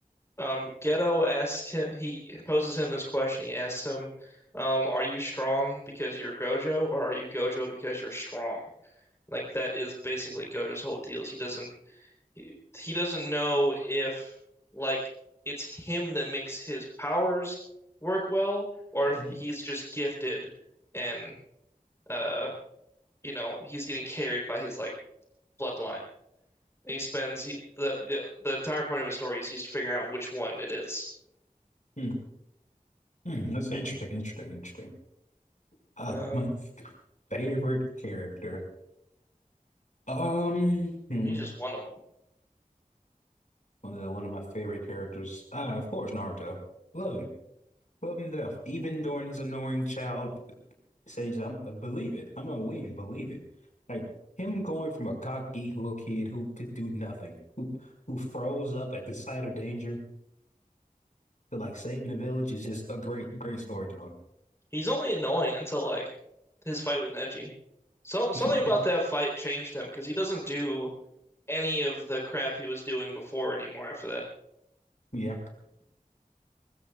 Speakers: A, on the left; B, on the left.
A: Um, Geto asks him. He poses him this question. He asks him, um, "Are you strong because you're Gojo, or are you Gojo because you're strong?" Like that is basically Gojo's whole deal. is He doesn't he, he doesn't know if like it's him that makes his powers work well or
B: Mhm.
A: if
B: mm
A: he's just gifted and uh you know he's getting carried by his like bloodline. And he spends he, the, the the entire point of his story is he's figuring out which one it is.
B: mm, <laughs> That's interesting. Interesting. Interesting. Uh,
A: Um,
B: my favorite character. Um, hmm,
A: he's just one of them.
B: well, one of my favorite characters. Uh, of course, Naruto. Love him. Love him to death. Even during his annoying child Sage, I'm uh, believe it. I'm gonna win. Believe it. Like him going from a cocky little kid who could do nothing, who who froze up at the sight of danger to like saving the village is just a great, great storytelling.
A: He's only annoying until like his fight with Neji. So something
B: <laughs>
A: about that fight changed him because he doesn't do any of the crap he was doing before anymore after that.
B: Yeah,